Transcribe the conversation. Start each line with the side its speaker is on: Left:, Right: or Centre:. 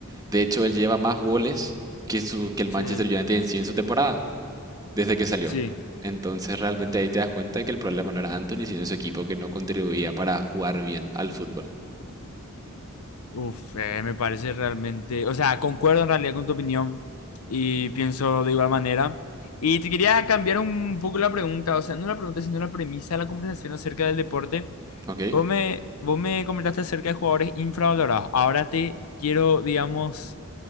Right: de hecho él lleva más goles que, su, que el
Left: sí,
Right: Manchester United en sí en su temporada, desde que salió.
Left: sí.
Right: Entonces realmente ahí te das cuenta que el problema no era Anthony, sino su equipo que no contribuía para jugar bien al fútbol.
Left: Uf, eh, me parece realmente, o sea, concuerdo en realidad con tu opinión y pienso de igual manera. Y te quería cambiar un poco la pregunta, o sea, no la pregunta, sino la premisa de la conversación acerca del deporte.
Right: ¿Ok?
Left: Vos me, vos me comentaste acerca de jugadores infravalorados. Ahora te quiero, digamos,